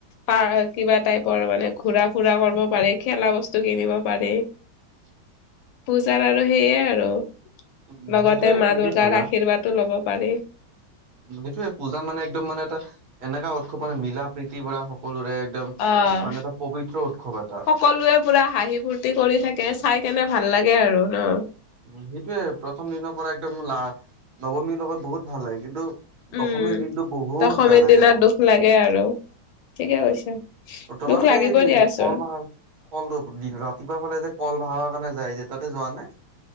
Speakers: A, on the left; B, on the right.
A: পা কিবা টাইপৰ মানে ঘুৰা- ফুৰা কৰিব পাৰে খেলা- বস্তু কিনিব পাৰে।
B: <inaudible>
A: পূজাৰ আৰু সেইয়ে আৰু
B: উম
A: লগতে
B: সেইটোয়ে
A: মা
B: ঠিকে
A: দুৰ্গাৰ
B: ক'লা
A: আৰ্শীৰ্বাদো ল'ব পাৰি।
B: সেইটোয়ে পূজা মানে একদম মানে এটা, এনেকা উৎসৱ মানে মিলা- প্ৰীতি শক্তি পৰা সকলোৰে একদম,
A: অ'।
B: মানে এটা পবিত্ৰ। উৎসৱ এটা
A: সকলোৱে পুৰা হাঁহি ফূৰ্তি কৰি থাকে চাই কেনে ভাল লাগে আৰু ন।
B: উম সেইটোয়ে প্ৰথম দিনৰ পৰা একদম লা নৱমীৰ লগত বহুত ভাল লাগে কিন্তু। দশমীৰ
A: উম
B: দিনটো বহুত
A: দশমীৰ
B: বেয়া লাগে
A: দিনা
B: মোৰ।
A: দুখ লাগে আৰু ঠিকে কৈছা।
B: ত তোমালোকে
A: দুখ লাগিবই
B: হেৰি
A: দিয়াচোন।
B: কল বাহা কল ৰাতিপুৱা ফালে যে কল বাহাৱা কাৰণে। যাই যে তাতে যোৱা নে।